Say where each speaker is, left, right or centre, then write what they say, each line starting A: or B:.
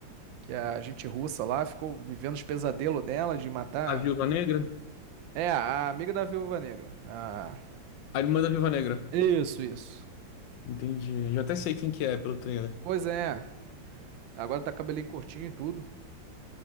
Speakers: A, on the right; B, on the left.
A: que é a gente russa lá, ficou vivendo os pesadelos dela de matar.
B: A Viúva Negra?
A: É, a amiga da Viúva Negra. Ah,
B: A irmã da Viúva Negra.
A: isso, isso.
B: Entendi. Já até sei quem que é pelo trailer.
A: Pois é, agora tá cabelinho curtinho e tudo.